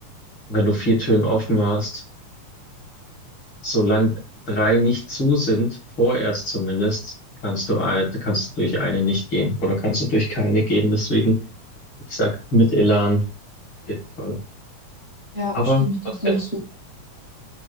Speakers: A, on the left (about 45°); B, on the right (about 45°).
A: wenn du vier Türen offen hast, solange drei nicht zu sind, vorerst zumindest, kannst du, ein- kannst du durch eine nicht gehen oder kannst du durch keine gehen. Deswegen, ich sag mit Elan auf jeden Fall.
B: Ja,
A: Aber
B: stimme ich dir
A: du hast
B: voll
A: ja noch
B: zu.
A: Zeit.